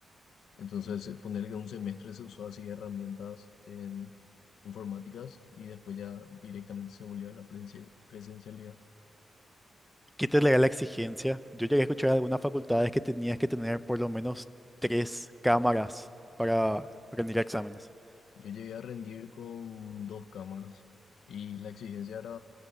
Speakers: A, on the left; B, in the centre.
A: Entonces, eh, poner que un semestre se usó así herramientas en informáticas y después ya directamente se volvió a la presen- presencialidad.
B: quítale la exigencia. Yo llegué a escuchar algunas facultades que tenías que tener por lo menos tres cámaras para rendir exámenes,
A: Yo llegué a rendir con dos cámaras y la exigencia era